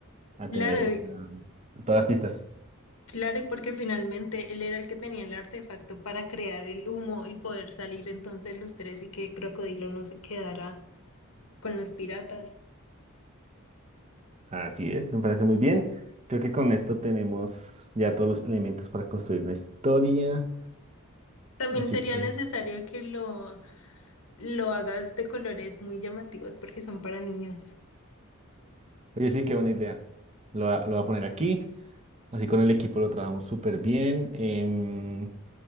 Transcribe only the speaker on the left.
Claro,
y-
claro, y porque finalmente él era el que tenía el artefacto para crear el humo y poder salir entonces los tres y que Crocodilo no se quedara con los piratas.
También
sería
necesario que lo lo hagas de colores muy llamativos porque son para niños.